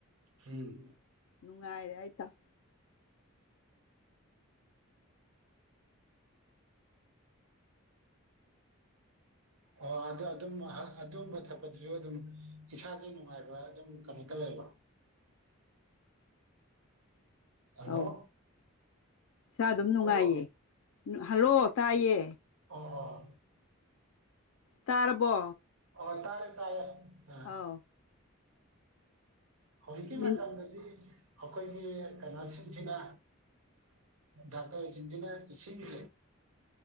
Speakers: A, on the right (about 75°); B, on the left (about 65°).
A: ꯎꯝ
B: ꯅꯨꯡꯉꯥꯏꯔꯦ ꯍꯥꯏ ꯇꯥꯏ
A: ꯑꯣ ꯑꯗꯨ ꯑꯗꯨꯝ ꯑꯗꯨꯝꯕ ꯊꯛꯄꯗꯨꯁꯨ ꯑꯗꯨꯝ ꯏꯁꯥꯖꯨ ꯅꯨꯡꯉꯥꯏꯕ ꯑꯗꯨꯝ ꯀꯩꯅꯣ ꯇꯧꯋꯦ ꯀꯩꯕ ꯍꯜꯂꯣ
B: ꯑꯧ ꯏꯁꯥ ꯑꯗꯨꯝ ꯅꯨꯡꯉꯥꯏꯌꯦ
A: ꯍꯜꯂꯣ
B: ꯍꯜꯂꯣ ꯇꯥꯏꯌꯦ
A: ꯑꯣ ꯑꯣ
B: ꯇꯥꯔꯕꯣ
A: ꯑꯣ ꯇꯥꯔꯦ ꯇꯥꯔꯦ ꯑꯥ
B: ꯑꯥꯎ
A: ꯍꯧꯖꯤꯛꯀꯤ
B: ꯃꯤꯟ
A: ꯃꯇꯝꯗꯗꯤ ꯑꯩꯈꯣꯏꯒꯤ ꯀꯩꯅꯣ ꯁꯤꯡꯁꯤꯅ ꯗꯥꯛꯇꯔ ꯁꯤꯡꯁꯤꯅ ꯏꯁꯤꯡꯖꯦ